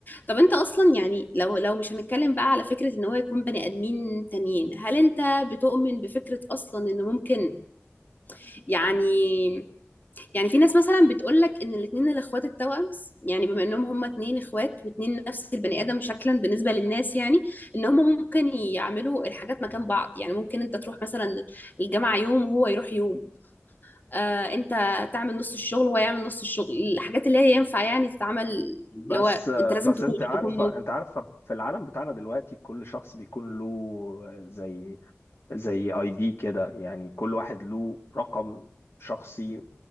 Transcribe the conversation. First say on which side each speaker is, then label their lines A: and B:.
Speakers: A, on the left; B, on the left.
A: طب انت اصلا يعني لو لو مش هنتكلم بقى على فكرة ان هو يكون بني ادمين تانيين هل انت بتؤمن بفكرة اصلا ان ممكن يعني يعني في ناس مثلا بتقولك ان الاتنين الاخوات التوأم يعني بما انهم هما اتنين اخوات واتنين نفس البني ادم شكلا بالنسبة للناس يعني ان هما ممكن يعملوا الحاجات مكان بعض يعني ممكن انت تروح مثلا الجامعة يوم وهو يروح يوم آه انت تعمل نص الشغل وهو يعمل نص الشغل الحاجات اللي هي ينفع يعني تتعمل
B: بس
A: اللي هو انت لازم
B: بس
A: تروح
B: انت عارفة
A: تكون
B: انت عارفة في العالم بتاعنا دلوقتي كل شخص بيكون له زي زي اي دي كده يعني كل واحد له رقم شخصي